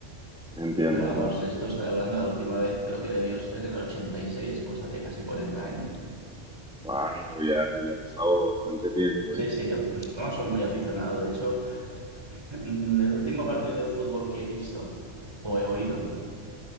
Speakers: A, in the centre; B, on the right.
A: Entiendo,
B: Pero vamos,
A: entiendo.
B: esto estoy hablando de la última vez, creo que debió ser en el 86 pues hace casi 40 años.
A: Wow, ya, ya ha pasado bastante tiempo,
B: Sí,
A: ¿eh?
B: sí, yo, pues, no soy muy aficionado. De hecho, <laughs> mm, el último partido de fútbol que he visto o he oído,